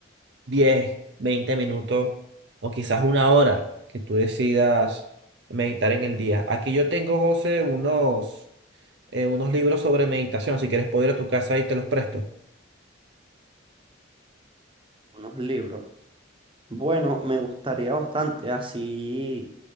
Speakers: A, on the right (about 60°); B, on the right (about 25°).
A: 10, 20 minutos o quizás una hora que tú decidas meditar en el día. Aquí yo tengo, José, unos, eh, unos libros sobre meditación, si quieres puedo ir a tu casa y te los presto.
B: Unos libros. Bueno, me gustaría bastante, así